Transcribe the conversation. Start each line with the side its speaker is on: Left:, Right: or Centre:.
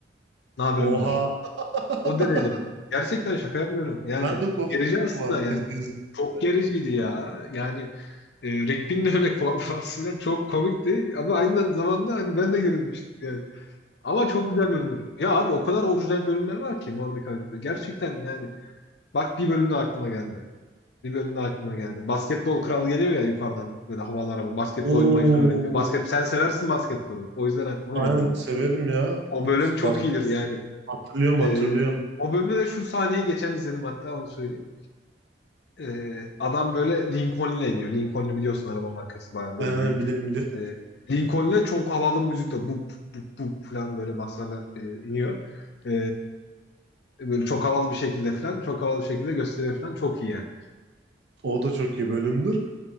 Left: Ne haber
Right: Oha.
Left: müdür?
Right: <laughs>
Left: O derece. Gerçekten şaka yapmıyorum. Yani
Right: Ben de korkuyordum
Left: gerici aslında
Right: bu arada
Left: yani.
Right: ilk izlediğimde.
Left: Çok gericiydi ya. Yani e, Rigby'nin öyle korkması falan çok komikti. Ama aynı zamanda hani ben de gerilmiştim Ama çok güzel bölümler. Ya abi o kadar orijinal bölümler var ki Mordecai'de. Gerçekten yani. Bak bir bölümde aklıma geldi. Bir bölümde aklıma geldi. Basketbol kral geliyor ya yukarıdan böyle havalara böyle basketbol
Right: Oo.
Left: oynamayı falan öğretiyor. Basket sen seversin basketbolu. O yüzden aklıma
Right: Aynen
Left: geldi. bak.
Right: severim ya.
Left: O bölüm çok
Right: Basketbol
Left: iyidir yani.
Right: hatırlıyorum
Left: Ee,
Right: hatırlıyorum.
Left: o bölümde de şu sahneyi geçen izledim hatta onu söyleyeyim. Ee, adam böyle Lincoln'le iniyor. Lincoln'u biliyorsun araba markası bayağı
Right: Aynen
Left: böyle büyük
Right: biliyorum biliyorum.
Left: E, Lincoln'le çok havalı müzikle bu bu bu falan böyle baslarla e, iniyor. E, böyle çok havalı bir şekilde falan çok havalı bir şekilde gösteriyor falan çok iyi yani.
Right: <laughs> O da çok iyi bölümdür.